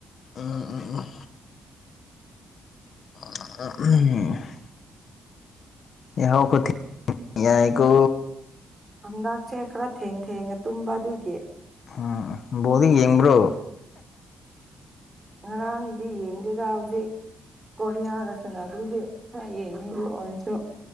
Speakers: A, on the left (about 55°); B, on the right (about 25°).
A: ꯎꯝ ꯎꯝ ꯎꯝ ꯎꯝ ꯌꯥꯍ ꯈꯤꯊꯦꯡꯗꯤ ꯌꯥꯏ ꯀꯣ
B: ꯍꯟꯗꯛꯁꯦ ꯈꯔ ꯊꯦꯡ ꯊꯦꯡꯉ ꯇꯨꯝꯕ ꯑꯗꯨꯒꯤ
A: ꯎꯝ ꯕꯣꯜꯗꯤ ꯌꯦꯡꯕ꯭ꯔꯣ
B: ꯉꯔꯥꯡꯗꯤ ꯌꯦꯡꯗꯦꯗ ꯍꯧꯖꯤꯛ ꯀꯣꯔꯤꯌꯥꯒ ꯁꯟꯅꯕꯥꯒꯤ ꯈꯔ ꯌꯦꯡꯉꯦꯕꯨ ꯑꯣꯏꯔꯁꯨ